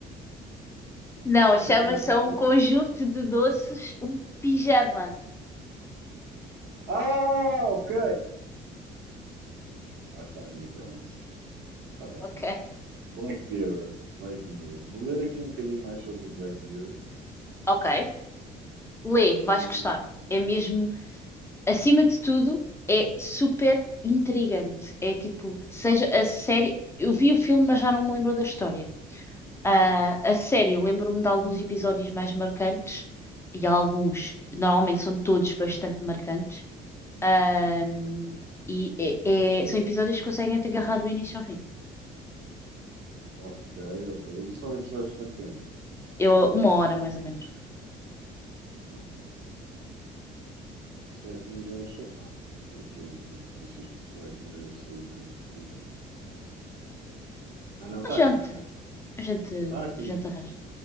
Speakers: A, on the left (about 15°); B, on the right (about 75°).
A: Não,
B: enquanto
A: chama
B: vemos
A: só
B: o filme.
A: um conjunto de doces, um pijama.
B: Ah, ok! Lá está a minha cromice. Está bem,
A: Ok.
B: pronto. Black Mirror. Black Mirror. Vou ler aqui um bocadinho mais sobre o Black Mirror
A: Ok. Lê,
B: e.
A: vais gostar. É mesmo, acima de tudo, é super intrigante. É tipo, seja a série. Eu vi o filme, mas já não me lembro da história. Ah, a série, lembro-me de alguns episódios mais marcantes, e há alguns, normalmente são todos bastante marcantes. Ahm, e é- é- são episódios que conseguem te agarrar do início ao fim.
B: Ok, ok. E são episódios de quanto tempo?
A: Eu, uma hora, mais ou menos.
B: Ok. Não sei se nos vamos chafar. Estou aqui a ler notícias que o Black Mirror saiu da Netflix. Ah, não, está
A: A gente,
B: aqui, está aqui.
A: a gente,
B: Está aqui,
A: a gente
B: está aqui.
A: arranja.